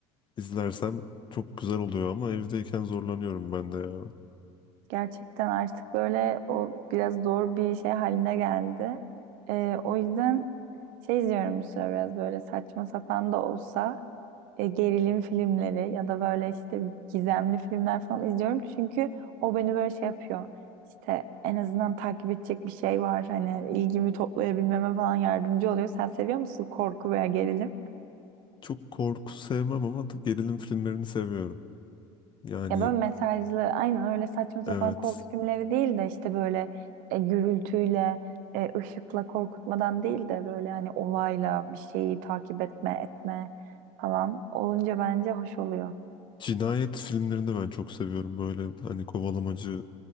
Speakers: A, on the left; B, on the right.
A: izlersem çok güzel oluyor ama evdeyken zorlanıyorum ben de ya.
B: Gerçekten artık böyle o biraz zor bir şey haline geldi. Ee, o yüzden şey izliyorum bu sıra biraz böyle saçma sapan da olsa e, gerilim filmleri ya da böyle işte gizemli filmler falan izliyorum. Çünkü o beni böyle şey yapıyor. İşte en azından takip edecek bir şey var. Hani ilgimi toplayabilmeme falan yardımcı oluyor. Sen seviyor musun korku veya gerilim?
A: Çok korku sevmem ama gerilim filmlerini seviyorum. Yani
B: Ya böyle mesajlı aynen öyle saçma sapan
A: evet
B: korku filmleri değil de işte böyle e, gürültüyle, e, ışıkla korkutmadan değil de böyle hani olayla bir şeyi takip etme, etme falan olunca bence hoş oluyor.
A: cinayet filmlerini ben çok seviyorum böyle hani kovalamacı,